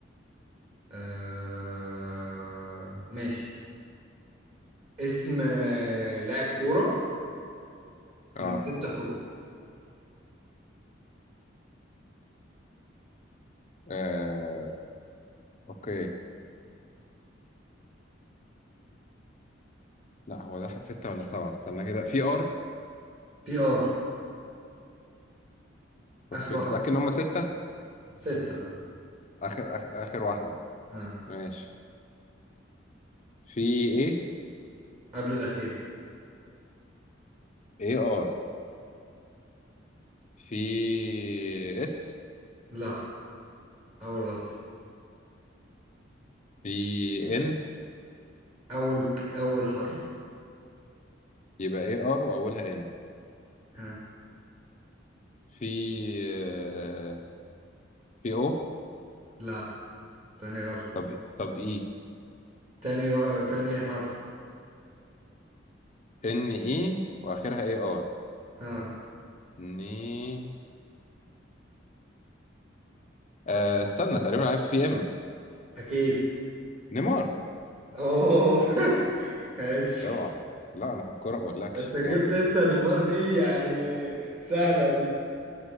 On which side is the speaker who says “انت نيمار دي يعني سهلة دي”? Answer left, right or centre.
Right